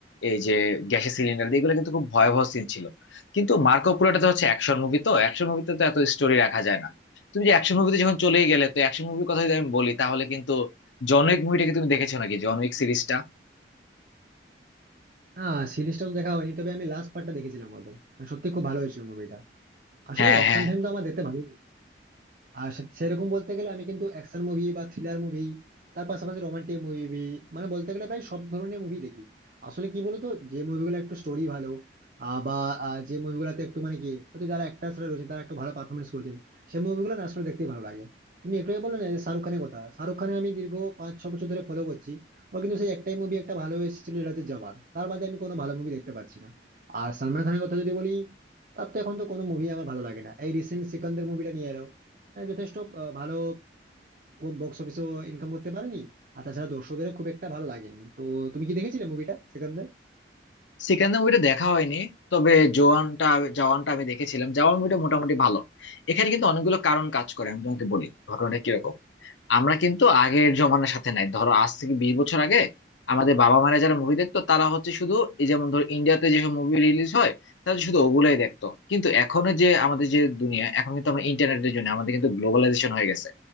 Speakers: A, on the left (about 85°); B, on the right (about 50°).
A: এই যে গ্যাসের সিলিন্ডার দিয়ে এগুলো কিন্তু খুব ভয়াবহ সিন ছিল কিন্তু মার্কো পুরোটাতে হচ্ছে অ্যাকশন মুভি তো অ্যাকশন মুভিতে তো এত স্টোরি রাখা যায় না তুমি যে অ্যাকশন মুভিতে যখন চলেই গেলে তো অ্যাকশন মুভির কথা যদি আমি বলি তাহলে কিন্তু জন উইক মুভিটাকে তুমি দেখেছো নাকি জন উইক সিরিজটা
B: হ্যাঁ সিরিজটা তো দেখা হয়নি তবে আমি লাস্ট পার্টটা দেখেছিলাম ওদের মানে সত্যি খুব ভালো হয়েছিল মুভিটা আসলে
A: হ্যাঁ
B: অ্যাকশন
A: হ্যাঁ
B: ফিল্ম তো আমার দেখতে ভালো আর সে- সেরকম বলতে গেলে আমি কিন্তু অ্যাকশন মুভি বা থ্রিলার মুভি তার পাশাপাশি রোমান্টিক মুভি মানে বলতে গেলে প্রায় সব ধরনের মুভি দেখি আসলে কি বলতো যে মুভিগুলো একটু স্টোরি ভালো আহ, বা আহ, যে মুভিগুলোতে একটু মানে কি হয়তো যারা অ্যাক্টার্সরা রয়েছে তারা একটু ভালো পারফরমেন্স করেছেন সেই মুভিগুলো না আসলে দেখতেই ভালো লাগে তুমি একটু আগে বললে না যে শাহরুখ খানের কথা শাহরুখ খানে আমি দীর্ঘ পাঁচ ছ বছর ধরে ফলো করছি ও কিন্তু সেই একটাই মুভি একটা ভালো এসেছিল যেটা হচ্ছে জওয়ান তার বাদে আমি কোনো ভালো মুভি দেখতে পাচ্ছি না আর সালমান খানের কথা যদি বলি তার তো এখন তো কোনো মুভি আমার ভালো লাগে না এই রিসেন্ট সিকান্দার মুভিটা নিয়ে এলো হ্যাঁ, যথেষ্ট আহ, ভালো বক্স অফিসেও ইনকাম করতে পারেনি আর তাছাড়া দর্শকদেরও খুব একটা ভালো লাগেনি তো তুমি কি দেখেছিলে মুভিটা সেখান
A: সেকেন্ড মুভিটা দেখা হয়নি তবে জওয়ানটা জওয়ানটা আমি দেখেছিলাম জওয়ান মুভিটা মোটামুটি ভালো এখানে কিন্তু অনেকগুলো কারণ কাজ করে আমি তোমাকে বলি ঘটনাটা কিরকম আমরা কিন্তু আগের জমানার সাথে নাই ধরো আজ থেকে বিশ বছর আগে আমাদের বাবা মারা যারা মুভি দেখতো তারা হচ্ছে শুধু এই যেমন ধরো ইন্ডিয়াতে যেসব মুভি রিলিজ হয় তারা শুধু ওগুলাই দেখতো কিন্তু এখন যে আমাদের যে দুনিয়া এখন কিন্তু আমরা ইন্টারনেটের জন্য আমাদের কিন্তু গ্লোবালাইজেশন হয়ে গেছে